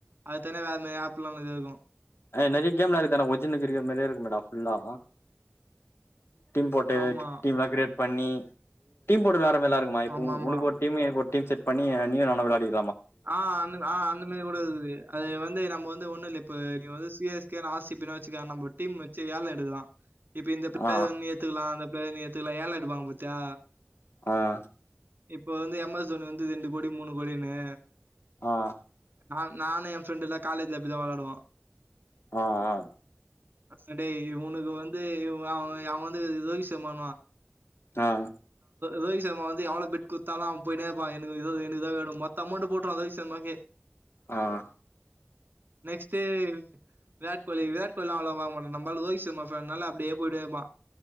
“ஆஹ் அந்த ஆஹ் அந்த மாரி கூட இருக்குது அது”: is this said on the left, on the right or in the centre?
Right